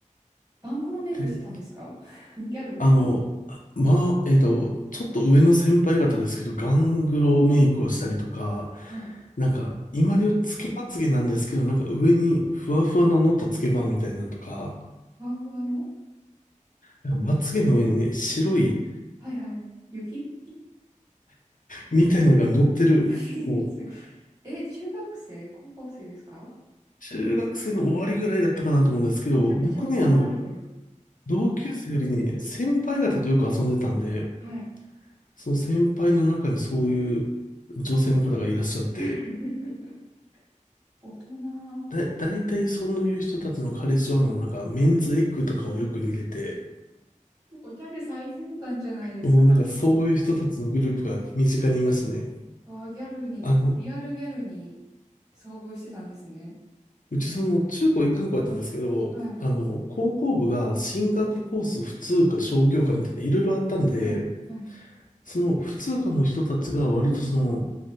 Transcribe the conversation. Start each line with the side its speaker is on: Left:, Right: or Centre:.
Right: バングロメイクしてたんですか
Left: で、
Right: <laughs> ギャル
Left: あの、まあ、えっと、ちょっと上の先輩方ですけど、ガングロメイクをしたりとか、
Right: はい。
Left: なんか、今で言うつけまつげなんですけど、なんか上にふわふわの乗ったつけまみたいなのとか、
Right: ふわふわの
Left: なんかまつげの上にね、白い
Right: はいはい。雪 <laughs>
Left: みたいなのが乗ってる、
Right: 雪です。
Left: こう、
Right: え、中学生高校生ですか
Left: 中学生の終わりぐらいだったかなと思うんですけど、
Right: めちゃくちゃ大人びてる。
Left: 僕ね、あの、同級生よりね、先輩方とよく遊んでたんで、
Right: はい。
Left: その先輩の中にそういう女性の方がいらっしゃって、
Right: <laughs> 大人。
Left: だ、大体そういう人たちの彼氏はの、なんか、メンズエッグとかをよく見てて、
Right: おギャル最先端じゃないですか。
Left: もうなんかそういう人たちのグループが身近にいますね。
Right: <laughs> わあ、ギャルに、
Left: あの、
Right: ほリアルギャルに遭遇してたんですね。
Left: うちその中高一貫校やったんですけど、
Right: はい。
Left: あの、高校部が進学コース普通科商業科みたいないろいろあったんで、
Right: はい。はい。
Left: その普通科の人たちが割とその、